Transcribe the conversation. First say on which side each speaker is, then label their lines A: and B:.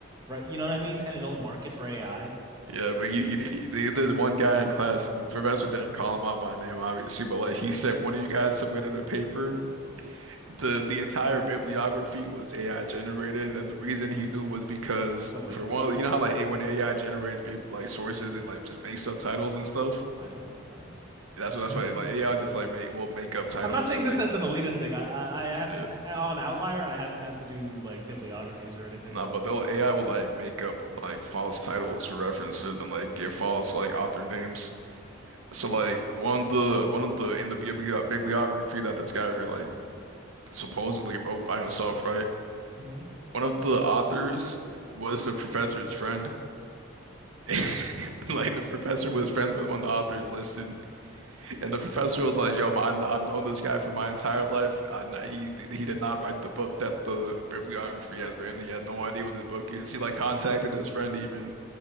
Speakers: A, on the right; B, on the right.
A: right? You know what I mean? And it'll market for AI.
B: Yeah, but you, you, the, the one guy in class, the professor didn't call him out by name, obviously, but like he said, one of you guys submitted a paper. The the entire bibliography was AI generated, and the reason he knew was because
A: The links
B: for
A: don't
B: one,
A: work.
B: you know how like a when AI generates bib- like sources, it like just makes subtitles and stuff.
A: I don't know, bro. <laughs>
B: That's what that's what like AI just like make will make up titles
A: I'm not saying
B: to like
A: this as an elitist thing. I I, I haven't
B: yeah.
A: on Outlier. I haven't had to do like bibliographies or anything.
B: Nah, but they'll AI will like make up like false titles for references and like give false like author names. So
A: Okay.
B: like one of the one of the in the bibli- bibliography that this guy like supposedly wrote by himself, right?
A: hmm
B: One of the authors was the professor's friend. <laughs> Like the professor was friends with one of the authors listed. And the professor was like, "Yo, man, I've known this guy for my entire life. I know he he did not write the book that the bibliography has written. He has no idea what the book is. He like contacted his friend even